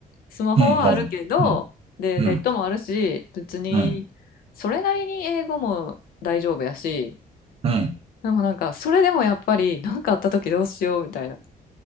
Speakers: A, on the left; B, on the right.
A: スマホはあるけど、
B: うん。うん、まあ、うん。
A: で、
B: うん。
A: ネットもあるし、別に、
B: うん。
A: それなりに英語も大丈夫やし、
B: うん。
A: でもなんか、それでもやっぱり、なんかあった時どうしようみたいな。